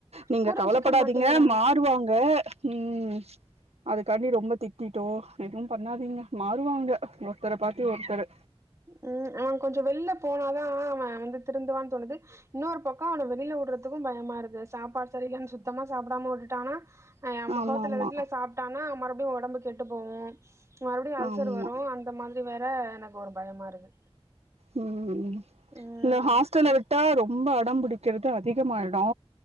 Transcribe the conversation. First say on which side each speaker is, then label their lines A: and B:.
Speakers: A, on the right; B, on the right.
A: நீங்க
B: புரிஞ்சுக்க
A: கவலப்படாதீங்க
B: மாட்டேங்கிறா
A: மாறுவாங்க ம் அதுக்காண்டி ரொம்ப திட்டிட்டோ எதுவு பண்ணாதீங்க மாறுவாங்க ஒருத்தர பாத்து ஒருத்தரு
B: ம் அவ கொஞ்சோ வெளில போனாதா அவ வந்து திருந்துவான்னு தோணுது இன்னொரு பக்கொ அவன வெளில விடுறதுக்கு பயமா இருக்கு சாப்பாடு சரியில்லன் சுத்தமா சாப்டாம விட்டுட்டா ஆனா அ நம்ம
A: ஆமா
B: ஹோட்டல
A: ஆமா
B: கீட்டல சாப்ட்டனா மறுபடியு ஒடம்பு கெட்டு போவு மறுபடியு அல்சர்
A: ஆமா
B: வரு அ இந்த மாத்ரி வேற எனக்கு ஒரு பயமா இருக்கு
A: ம்
B: ம்
A: இல்ல ஹாஸ்டல்ல விட்டா ரொம்ப அடம் பிடிக்கிறது அதிகமாயிடு